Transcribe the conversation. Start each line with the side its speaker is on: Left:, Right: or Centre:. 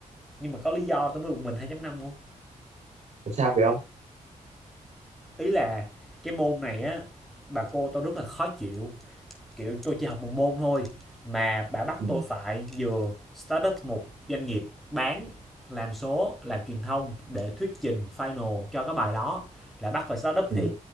Centre: nhưng mà có lý do tôi mới bực mình 2.5 không
Right: Là sao vậy ông
Centre: ý là cái môn này á bà cô tôi rất là khó chịu kiểu tôi chỉ học một môn thôi mà bà bắt
Right: ừ
Centre: tôi phải vừa start up một doanh nghiệp bán làm số làm truyền thông để thuyết trình final cho cái bài đó là bắt phải start up
Right: ừ
Centre: thiệt